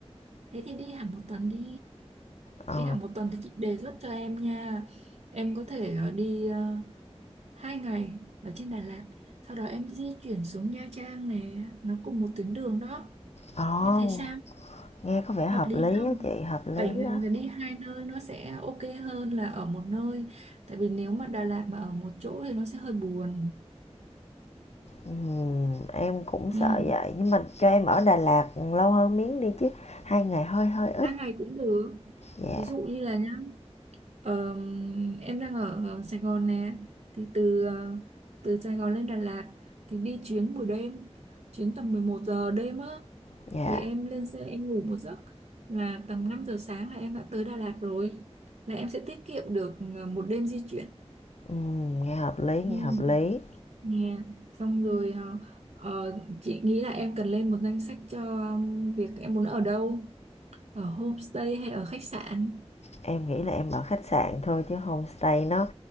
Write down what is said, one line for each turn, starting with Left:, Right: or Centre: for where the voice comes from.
Right: Thế thì đi hẳn một tuần đi.
Left: Ờ,
Right: Đi hẹn một tuần thì chị đề xuất cho em nha. Em có thể ờ, đi ờ, hai ngày ở trên Đà Lạt, sau đó em di chuyển xuống Nha Trang nè, nó cùng một tuyến đường đó.
Left: ồ,
Right: Em thấy sao?
Left: nghe có vẻ hợp
Right: Hợp lý
Left: lý
Right: không?
Left: á chị, hợp lý
Right: 7 ngày
Left: đó.
Right: là đi hai nơi nó sẽ ok hơn là ở một nơi. Tại vì nếu mà Đà Lạt mà ở một chỗ thì nó sẽ hơi buồn.
Left: Ừm, em cũng sợ
Right: Ừ.
Left: vậy, nhưng mà cho em ở Đà Lạt lâu hơn miếng đi chứ, hai ngày hơi hơi ít.
Right: 3 ngày cũng được.
Left: Dạ,
Right: Thí dụ như là nhá Ờ, em đang ở Sài Gòn nè thì từ ờ, từ Sài Gòn lên Đà Lạt thì đi chuyến buổi đêm chuyến tầm 11 giờ đêm á
Left: dạ
Right: thì em lên xe em ngủ một giấc là tầm 5 giờ sáng là em đã tới Đà Lạt rồi là em sẽ tiết kiệm được ờ, một đêm di chuyển
Left: Ừm, nghe hợp lý, nghe
Right: ừ.
Left: hợp lý.
Right: Nè xong rồi ờ, ờ, chị nghĩ là em cần lên một danh sách cho um, việc em muốn ở đâu ở homestay hay ở khách sạn
Left: Em nghĩ là em ở khách sạn thôi chứ homestay nó